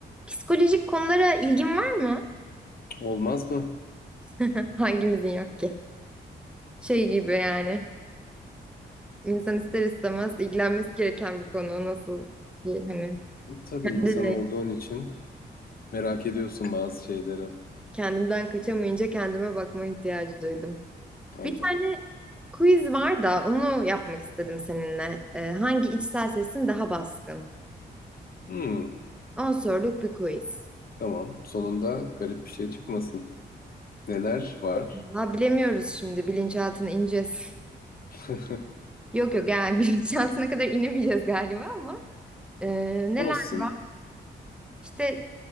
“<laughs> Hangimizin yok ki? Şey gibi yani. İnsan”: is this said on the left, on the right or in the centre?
Centre